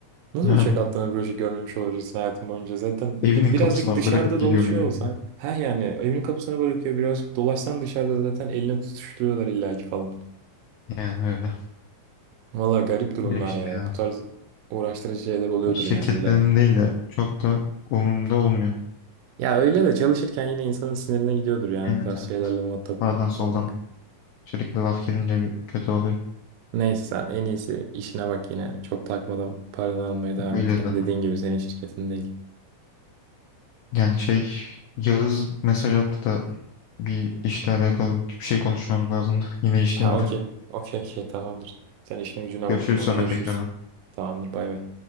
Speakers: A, on the right (about 80°); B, on the left (about 75°).
A: Nasıl
B: Yani
A: uçak atlanan broşür görmemiş olabilirsin hayatın boyunca? Zaten
B: evinin
A: birazcık
B: kapısına
A: dışarıda
B: bırakıp
A: dolaşıyor
B: gidiyor millet.
A: olsan. Ha yani evin kapısına bırakıyor. Birazcık dolaşsan dışarıda zaten eline tutuşturuyorlar illaki falan.
B: Yani öyle.
A: Valla garip durumlar
B: Öyle işte
A: ya.
B: ya.
A: Bu tarz uğraştırıcı şeyler oluyordur
B: Yani Şirket
A: yani illaki.
B: benim değil de çok da umurumda olmuyor.
A: Ya öyle de çalışırken yine insanın sinirine gidiyordur yani
B: Evet,
A: bu tarz
B: evet.
A: şeylerle muhatap
B: Sağdan soldan
A: olmak.
B: sürekli laf gelince bir kötü oluyor.
A: Neyse sen en iyisi işine bak yine. Çok takmadan paranı almaya devam
B: Öyle
A: et
B: zaten.
A: ya. Dediğin gibi senin şirketin değil.
B: Yani şey Yağız mesaj attı da bir işle alakalı bir şey konuşmamız lazımdı. <laughs> Yine iş
A: Ha
B: geldi.
A: okey. Okey okey tamamdır. Sen işine gücüne
B: Görüşürüz
A: bak. Sonra
B: sonra
A: görüşürüz.
B: tekrardan.
A: Tamamdır bay bay.